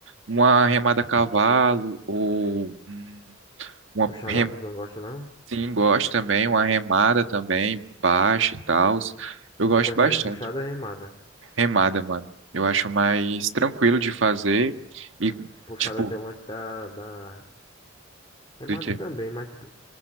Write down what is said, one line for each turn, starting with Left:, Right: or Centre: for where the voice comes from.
Right: Uma remada a cavalo, ou hum, uma,
Left: Puxada
Right: rem-
Left: alta tu não gosta, não?
Right: sim, gosto também, uma remada também, baixa e tal. Eu gosto
Left: Tu prefere
Right: bastante.
Left: puxada ou remada?
Right: Remada, mano. Eu acho mais tranquilo de fazer e.
Left: Puxada
Right: Tipo,
Left: tem um lance da, da... Remada
Right: Do que?
Left: também, mas, tipo,